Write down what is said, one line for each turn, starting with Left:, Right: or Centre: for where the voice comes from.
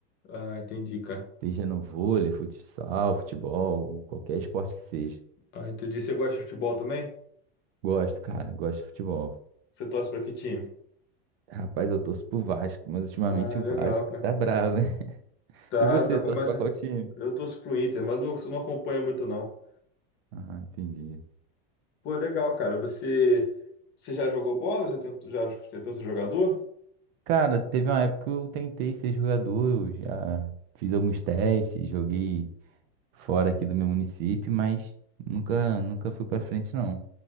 Left: Ah, entendi, cara.
Right: Seja no vôlei, futsal, futebol, qualquer esporte que seja.
Left: Ah, entendi. Você gosta de futebol também?
Right: Gosto, cara, gosto de futebol.
Left: Você torce pra que time?
Right: Rapaz, eu torço pro Vasco, mas ultimamente
Left: Ah,
Right: o
Left: legal,
Right: Vasco
Left: cara.
Right: tá bravo, hein? <laughs>
Left: Tá,
Right: E você,
Left: tá,
Right: torce
Left: começa.
Right: pra qual time?
Left: Eu torço pro Inter, mas não, não acompanho muito, não.
Right: Ah, entendi.
Left: Pô, legal, cara. Você, você já jogou bola? Já tentou, já tentou ser jogador?
Right: Cara, teve uma época que eu tentei ser jogador, eu já fiz alguns testes, joguei fora aqui do meu município, mas nunca, nunca fui pra frente, não.